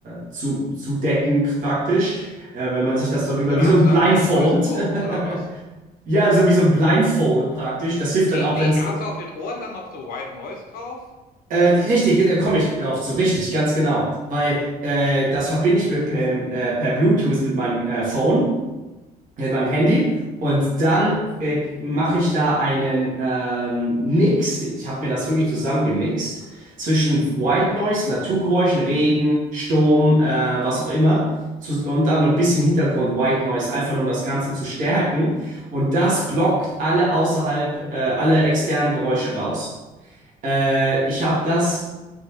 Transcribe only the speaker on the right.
äh, zu, zudecken praktisch, äh, wenn man sich das darüber,
wie
so ein
Blindfold,
<laughs> ja, so wie so ein Blindfold praktisch, das hilft
dann auch,
wenn es,
äh, richtig, da komme ich drauf zu, richtig, ganz genau, weil äh, das verbinde ich mir per, äh, per Bluetooth mit meinem äh, Phone. mit meinem Handy und dann äh, mache ich da einen ähm, Mix. Ich habe mir das wirklich zusammengemixt zwischen White Noise, Naturgeräuschen, Regen, Sturm, äh, was auch immer. Zu, und dann noch ein bisschen Hintergrund White Noise, einfach nur um das Ganze zu stärken. Und das blockt alle außerhalb, äh, alle externen Geräusche raus. Äh, ich habe das